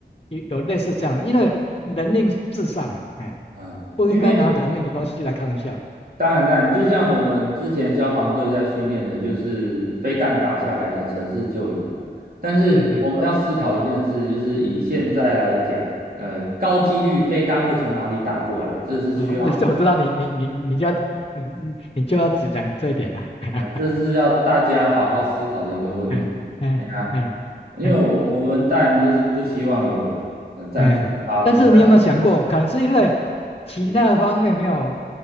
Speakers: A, on the left; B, on the right.
A: 有有类似这样的，因为人命至上啊，哎，
B: 啊，
A: 不应该拿人命的东西来开玩笑。
B: 因为当然，当然，就像我们之前消防队在训练的，
A: 哎，
B: 就是飞弹打下来的城市救援呐、但是我们要思考一件事，
A: 对对，嗯嗯
B: 就是以现在来讲，
A: 嗯嗯。
B: 呃，高几率飞弹会从哪里打过来，这是需要
A: <laughs> 哦，但是我知道你你你你就要嗯嗯，你就要只讲这一点啊，<laughs>
B: 啊、这是要大家好好思考的一个问题。
A: 嗯嗯嗯嗯
B: 哎呀，因为我我们当然就是不希望有呃战争发生，
A: 嗯，但是你有没有想过，
B: 但
A: 可能是因为其他的方面没有